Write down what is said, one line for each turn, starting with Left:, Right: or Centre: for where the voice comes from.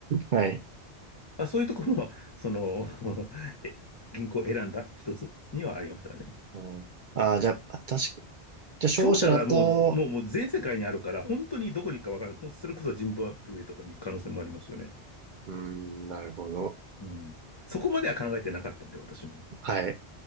Right: はい。
Left: まあ、そういうところも、その、<laughs> え、銀行を選んだ一つにはありますよね。
Right: うん、ああ、じゃあ、確か、じゃあ、商社だと、
Left: 勝者はもう、もう、もう全世界にあるから、本当にどこに行くかわからない。ほんそれこそジンバブエとかに行く可能性もありますよね。
Right: うん、なるほど。
Left: うん。そこまでは考えてなかったんで、私も。
Right: はい。